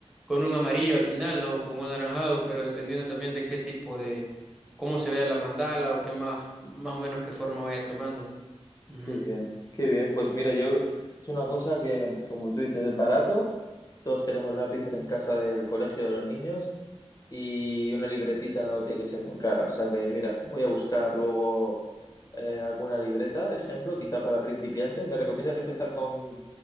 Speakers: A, in the centre; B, on the left (about 30°).
A: con un amarillo al final, ¿no? Con un anaranjado, pero dependiendo también de qué tipo de, cómo se vea la mandala o qué más, más o menos qué forma vaya tomando. Ujú.
B: Qué bien, qué bien. Pues mira, yo es una cosa que, como tú dices, es barato. Todos tenemos lápices en casa del colegio de los niños y una libretita no tiene que ser muy cara. O sea que mira, voy a buscar luego eh, alguna libreta, de ejemplo, quizá para principiantes. ¿Me recomiendas empezar con,